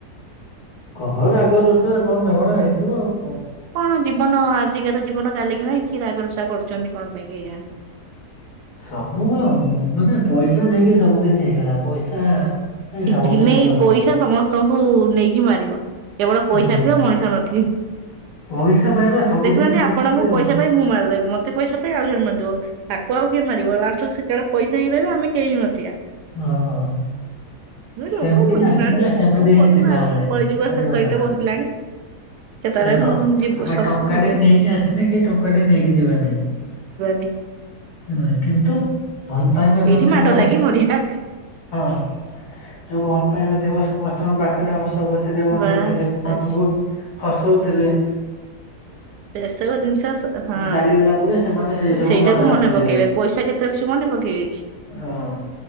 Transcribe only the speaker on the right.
କଣ ଜୀବନ ଆ ଆଜିକା ତ ଜୀବନ କାଲି କି ନାଇ କି ରାଗଲସା କରୁଛନ୍ତି କଣ ପାଇଁ କି ଏଇୟା
ଏ
ଦିନେ
ଏଇ
ପଇସା ସମସ୍ତଙ୍କୁ ନେଇକି ମାରିବ କେବଳ ପଇସା
ଥିବ ମଣିଷ ନଥିବେ
ଦେଖୁନାହାନ୍ତି
ଆପଣଙ୍କୁ
ପଇସା ପାଇଁ ମୁଁ ମାରିଦେବି ମତେ ମତେ ପଇସା ପାଇଁ ଆଉ ଜଣ ମାରିିବ ତାକୁ ଆଉ କିଏ ମାରିବ ଲଷ୍ଟକୁ ସେେଟେ ପଇସା ହିଁ ରହିବ ଆମେ କେହି ହି ନଥିବା
ଏ ଲୋକ
ବୁଝୁନାହାନ୍ତି
କଣ
କରିବୁ
ଆ
କଳିଯୁଗ
ଶେଷ ହେଇତେ
ବସିଲାଣି। କେତେବେଳେ
ମୁଁ ଯିବୁ
ଶସ୍ୟ
ହେରିକା
ହ
ଏଇଠି
ମାଡ ଲାଗି
ମରିବା।
ବାସ୍
ବାସ୍।
ସେସବୁ ଦିନଷ ସ ହଁ
ସେଇଟାକୁ
ମନେ ପକେଇବେ ପଇସା କେତେ ସେ ମନେ ପକେଇବେ କି?